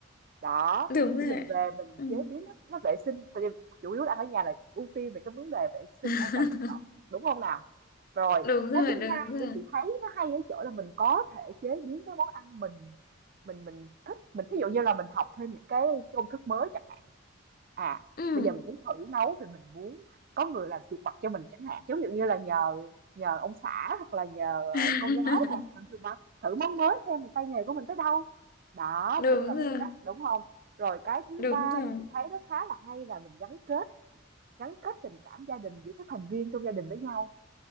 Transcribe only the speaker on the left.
đúng
rồi
ừ.
<laughs>
đúng rồi
đúng
rồi
ừ.
<laughs>
đúng
rồi
đúng
rồi